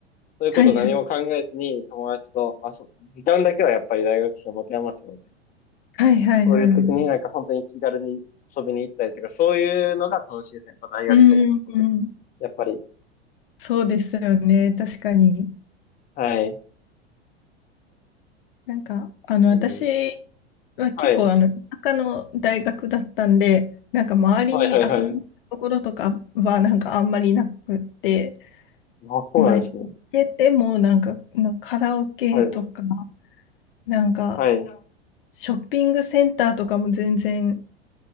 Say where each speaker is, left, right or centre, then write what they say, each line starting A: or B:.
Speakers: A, on the left; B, on the left.
A: そういうこと何も考えずに友達とあそぶ、
B: はいはい。
A: 時間だけはやっぱり大学生を持て余すので、
B: はいはいはいはい。
A: そういう時になんか本当に気軽に遊びに行ったりとか、そういうのが楽しいですね。やっぱ大学生活と
B: うんうんうん。
A: やっぱり。
B: そうですよね。確かに。
A: はい。
B: なんか、あの、
A: うん。
B: 私は結構、
A: はい。
B: あの、田舎の大学だったんで、なんか周りに遊びに行くところとかは、
A: はいはいはい。
B: なんかあんまりなくって、
A: あ、そうなんですね。
B: まあ、行けても、なんか、まあ、カラオケとか、
A: はい。
B: なんか、
A: はい。
B: ショッピングセンターとかも全然、